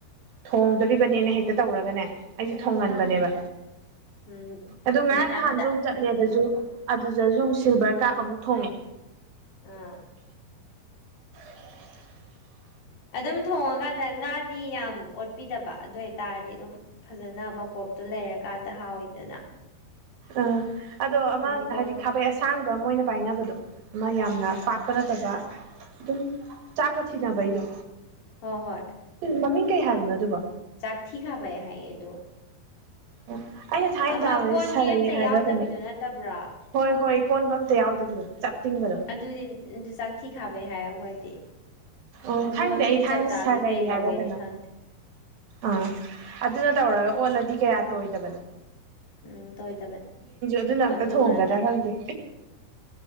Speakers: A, on the right (about 65°); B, on the left (about 75°).
A: ꯊꯣꯡ ꯇꯧꯗꯧꯔꯤꯕꯅꯦꯅ ꯍꯦꯛꯇ ꯇꯧꯔꯒꯅꯦ ꯑꯩꯖꯨ ꯊꯣꯡꯍꯟꯕꯅꯦꯕ
B: ꯎꯝ ꯎꯝ ꯎꯝ
A: ꯑꯗꯨ ꯉꯔꯥꯡ
B: ꯕꯤꯠ
A: ꯅꯍꯥꯟꯖꯨ
B: ꯑꯝꯗ
A: ꯆꯠꯂꯦ ꯑꯗꯨꯁꯨ ꯑꯗꯨꯗꯁꯨ ꯑꯃꯨꯛ ꯁꯤꯜꯚꯔ ꯀꯥꯞ ꯑꯃꯨꯛ ꯊꯣꯡꯉꯦ
B: ꯑꯥ
A: <inaudible>
B: ꯑꯗꯨꯝ ꯊꯣꯡꯉꯀꯥꯟꯗ ꯉꯥꯗꯤ ꯌꯥꯝ ꯑꯣꯠꯄꯤꯗꯕ ꯑꯗꯨ ꯑꯣꯏꯇꯥꯔꯗꯤ ꯑꯗꯨꯝ ꯐꯖꯅ ꯃꯄꯣꯞꯇꯨ ꯂꯩꯔꯀꯥꯟꯗ ꯍꯥꯎꯋꯤꯗꯅ
A: ꯑꯥ ꯑꯗꯣ ꯑꯃ
B: ꯑꯗꯨꯅ ꯄꯣꯔ
A: ꯍꯥꯏꯗꯤ ꯈꯥꯕꯩ ꯑꯁꯥꯡꯕ ꯑꯃ ꯑꯣꯏꯅ ꯄꯥꯏꯅꯕꯗꯣ ꯑꯃ ꯌꯥꯝꯅ
B: ꯎꯝ
A: ꯄꯥꯛꯄ ꯅꯠꯇꯕ ꯑꯗꯨꯝ ꯆꯥꯛꯀ ꯊꯤꯅꯕꯩꯗꯣ
B: ꯍꯣꯏ ꯍꯣꯏ
A: ꯃꯃꯤꯡ ꯀꯩ ꯍꯥꯏꯕꯅꯣ ꯑꯗꯨꯕꯣ
B: ꯆꯥꯛ ꯊꯤ ꯈꯥꯕꯩ ꯍꯥꯏꯌꯦ ꯑꯗꯣ
A: ꯑꯣ ꯑꯩꯅ ꯊꯥꯏꯅ
B: ꯑꯃ
A: ꯇꯥꯕꯗ
B: ꯀꯣꯟꯕꯤ
A: ꯁꯥꯅꯥꯕꯤ
B: ꯑꯝꯇ
A: ꯍꯥꯏꯕ꯭ꯔꯥ
B: ꯌꯥꯎꯗꯕꯤꯗꯣ
A: ꯀꯩꯅꯣ
B: ꯅꯠꯇꯕ꯭ꯔꯥ
A: ꯍꯣꯏ ꯍꯣꯏ ꯀꯣꯟꯕ ꯑꯝꯇ ꯌꯥꯎꯗꯕꯤꯗꯣ ꯆꯞ ꯊꯤꯡꯕꯗꯣ
B: ꯑꯗꯨꯗꯤ ꯑꯗꯨ ꯆꯥꯛꯊꯤ ꯈꯥꯕꯩ ꯍꯥꯏꯌꯦ ꯑꯈꯣꯏꯗꯤ
A: ꯑꯣ
B: ꯑꯗꯨ
A: ꯈꯪꯗꯦ
B: ꯃꯃꯤꯡ
A: ꯑꯩ ꯊꯥꯏꯅ
B: ꯆꯞ ꯆꯥꯕꯤ
A: ꯁꯥꯔꯩ
B: ꯀꯩ ꯀꯧꯒꯦꯗꯤ
A: ꯍꯥꯏꯕ ꯀꯩꯅꯣ
B: ꯈꯪꯗꯦ
A: ꯑꯥ ꯑꯗꯨꯅ ꯇꯧꯔꯒ ꯑꯣꯜꯂꯗꯤ ꯀꯌꯥ ꯇꯣꯏꯗꯕꯅ
B: ꯎꯝ ꯇꯣꯏꯗꯥꯕꯅꯦ
A: ꯑꯗꯨꯅ ꯑꯝꯇ
B: ꯑꯗꯨ
A: ꯊꯣꯡꯒꯗ꯭ꯔꯥ
B: ꯀꯥꯟꯗ
A: ꯈꯪꯗꯦ